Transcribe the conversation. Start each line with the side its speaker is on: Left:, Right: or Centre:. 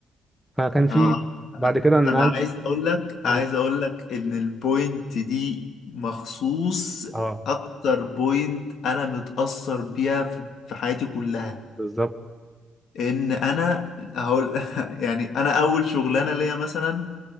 Centre: فكان
Left: آه.
Centre: في بعد كده نقلت
Left: انا عايز اقول لك عايز
Centre: قلت-
Left: اقول لك ان البوينت دي مخصوص
Centre: اه
Left: اكتر بوينت انا متأثر بيها في في حياتي كلها
Centre: بالظبط
Left: ان انا هقول <laughs> يعني انا اول شغلانه ليا مثلا